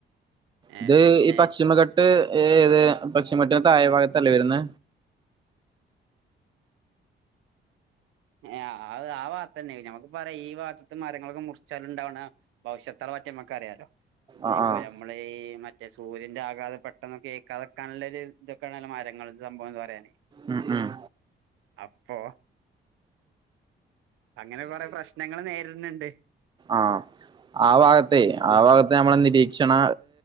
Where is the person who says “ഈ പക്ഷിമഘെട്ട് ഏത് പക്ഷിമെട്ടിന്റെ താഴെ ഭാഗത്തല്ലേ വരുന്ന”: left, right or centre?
Right